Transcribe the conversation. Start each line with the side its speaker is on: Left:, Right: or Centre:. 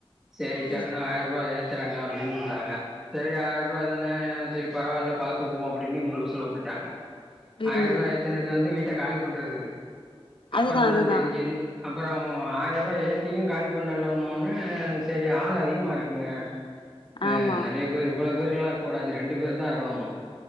Centre: சேரி
Left: ம்.
Centre: டக்குனு ஆயர்ருவா ஏ த்தறங்க அப்டின்ட்டாங்க செரி ஆயர்ருவா தான செரி பரவால்ல பாத்துக்குவோ அப்டின்னு இவுங்க லூசுல உட்டுட்டாங்க
Left: ம்.
Centre: ஆயர்ருவா ஏத்தனது வந்து வீட்ட காலி பண்றதுக்கு அப்பறந்தா
Left: அதுதான் அதுதான்.
Centre: தெரிஞ்சிது அப்புறோ ஆயர்ருவா ஏத்தியு காலி பண்ணலன ஒன்னே செரி ஆள் அதிகமா இருக்குங்க அ
Left: ஆமா.
Centre: நறைய பேரு இவ்வளோ பேருல்லா இருக்கூடாது ரெண்டு பேரு தா இருக்கணுமா.